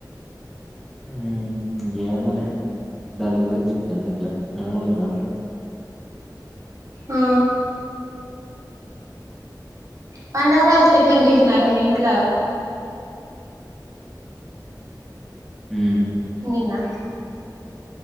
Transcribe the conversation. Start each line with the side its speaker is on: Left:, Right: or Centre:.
Centre: ఉం ఇంగ ఏమోలే దని గురించి ఇప్పుడు ఎందుకులే మామూలుగా మాట్లాడు
Right: ఆ పండుగ రోజు చికెన్ చేసినారా మీ ఇంట్లో
Centre: ఉమ్
Right: నిన్న